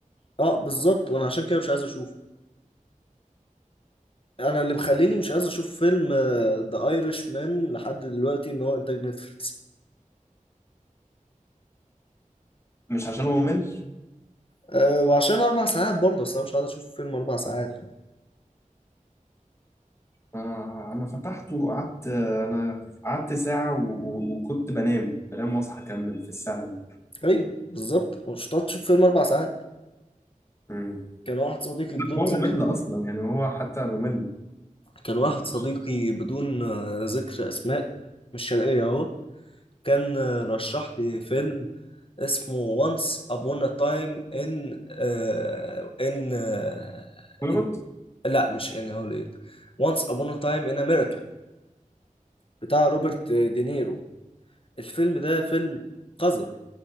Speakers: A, on the left (about 40°); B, on the left (about 20°).
A: اه بالظبط وانا عشان كده مش عايز اشوفه انا اللي مخليني مش عايز اشوف فيلم ذا ايرش مان لحد دلوقتي ان هو انتاج نتفليكس
B: مش عشان هو ممل
A: أه وعشان اربع ساعات برضه اصل انا مش هقعد اشوف فيلم اربع ساعات
B: انا انا فتحته وقعدت انا قعدت ساعة و... و... وكنت بنام بنام واصحى اكمل في الساعة دي
A: ايوه بالظبط مش هتقعد تشوف فيلم اربع ساعات
B: مم.
A: كان واحد صديقي بدون
B: هو
A: ذكر
B: ممل اصلا يعني هو حتى ممل
A: كان واحد
B: مش
A: صديقي بدون آه، ذكر اسماء مش شرقيه اهو كان آه، رشح لي فيلم اسمه Once Upon a Time in آه in, آه
B: هوليوود
A: in لا مش in هوليوود Once Upon a Time in America بتاع روبرت دينيرو الفيلم ده فيلم قذر